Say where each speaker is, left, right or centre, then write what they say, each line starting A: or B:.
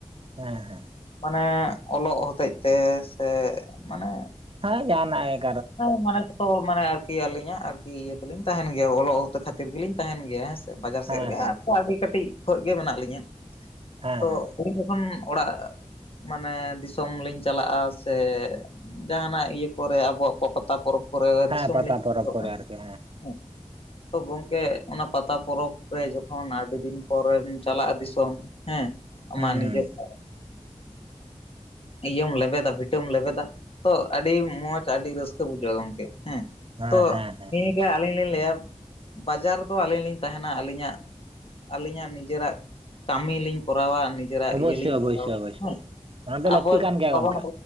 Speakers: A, on the right (about 50°); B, on the left (about 50°).
A: ᱦᱮᱸ ᱦᱮᱸ᱾
B: ᱢᱟᱱᱮ ᱚᱞᱚᱜ ᱦᱚᱛᱮᱡ ᱛᱮ ᱥᱮ, ᱢᱟᱱᱮ
A: ᱦᱮᱸ ᱡᱟᱦᱟᱱᱟᱜ ᱮ
B: ᱦᱮᱸ ᱢᱟᱱᱮ ᱡᱚᱛᱚ ᱢᱟᱱᱮ ᱟᱨᱠᱤ ᱟᱹᱞᱤᱧᱟᱜ ᱟᱨᱠᱤ ᱤᱭᱟᱹ ᱛᱮᱞᱤᱧ ᱛᱟᱦᱮᱱ ᱜᱮᱭᱟ ᱚᱞᱚᱜ ᱠᱷᱟᱹᱛᱤᱨ ᱜᱮᱞᱤᱧ ᱛᱟᱦᱮᱱ ᱜᱮᱭᱟ ᱦᱮᱸᱥᱮ ᱾ ᱵᱟᱡᱟᱨ
A: ᱦᱮᱸ
B: ᱥᱮᱫ ᱨᱮᱜᱮ
A: ᱦᱮᱸ
B: ᱟᱨ ᱟᱹᱰᱤ ᱠᱟᱹᱴᱤᱡ ᱠᱷᱚᱡ ᱜᱮ ᱢᱮᱱᱟᱜ ᱞᱤᱧᱟᱹ᱾
A: ᱦᱮᱸ
B: ᱛᱚ
A: ᱦᱮᱸ
B: <unintelligible> ᱚᱲᱟᱜ ᱢᱟᱱᱮ ᱫᱤᱥᱚᱢ ᱞᱤᱧ ᱪᱟᱞᱟᱜᱼᱟ ᱥᱮ, ᱡᱟᱦᱟᱱᱟᱜ ᱤᱭᱟᱹ ᱠᱚᱨᱮ ᱟᱵᱚ ᱯᱟᱛᱟ ᱯᱚᱨᱚᱵᱽ ᱠᱚᱨᱮ
A: ᱦᱮᱸ
B: ᱫᱤᱥᱚᱢ
A: ᱯᱟᱛᱟ
B: ᱞᱤᱧ ᱥᱮᱱᱚᱜᱼᱟ
A: ᱯᱚᱨᱚᱵᱽ ᱠᱚᱨᱮ ᱟᱨᱠᱤ
B: ᱦᱮᱸ᱾ ᱛᱚ ᱜᱚᱝᱠᱮ, ᱚᱱᱟ ᱯᱟᱛᱟ ᱯᱚᱨᱚᱵᱽ ᱨᱮ ᱡᱚᱠᱷᱚᱱ ᱟᱹᱰᱤ ᱫᱤᱱ ᱯᱚᱨᱮᱢ ᱪᱟᱞᱟᱜᱼᱟ ᱫᱤᱥᱚᱢ᱾ ᱦᱮᱸ ᱟᱢᱟᱜ
A: ᱦᱩᱸ
B: ᱱᱤᱡᱮᱨ
A: ᱦᱩᱸ
B: <unintelligible> ᱤᱭᱟᱹᱢ ᱞᱮᱵᱮᱫᱟ ᱵᱷᱤᱴᱟᱹᱢ ᱞᱮᱵᱮᱫᱟ, ᱛᱚ ᱟᱹᱰᱤ ᱢᱚᱡᱽ ᱟᱹᱰᱤ ᱨᱟᱹᱥ ᱵᱩᱡᱟᱹᱣᱼᱟ ᱜᱚᱝᱠᱮ ᱦᱮᱸ,
A: ᱦᱮᱸ
B: ᱛᱚ
A: ᱦᱮᱸ ᱦᱮᱸ
B: ᱟᱹᱞᱤᱧ ᱞᱤᱧ ᱞᱟᱹᱭᱟ, ᱵᱟᱡᱟᱨ ᱫᱚ ᱟᱹᱞᱤᱧ ᱞᱤᱧ ᱛᱟᱦᱮᱱᱟ ᱟᱹᱞᱤᱧᱟᱜ ᱟᱹᱞᱤᱧᱟᱜ ᱱᱤᱡᱮᱨᱟᱜ ᱠᱟᱹᱢᱤ ᱞᱤᱧ ᱠᱚᱨᱟᱣᱼᱟ ᱾ ᱱᱤᱡ ᱱᱤᱡᱮᱨᱟᱜ
A: ᱚᱵᱚᱥᱥᱳᱭ
B: ᱤᱭᱟᱹ ᱞᱤᱧ
A: ᱚᱵᱚᱥᱥᱳᱭ
B: ᱦᱟᱛᱟᱣᱼᱟ,
A: ᱚᱵᱚᱥᱥᱳᱭ
B: ᱦᱮᱸ
A: ᱚᱱᱟ ᱫᱚ
B: ᱟᱵᱚ
A: ᱞᱟᱹᱠᱛᱤ
B: <unintelligible>
A: ᱠᱟᱱ ᱜᱮᱭᱟ
B: ᱵᱟᱵᱚᱱ
A: ᱜᱚᱝᱠᱮ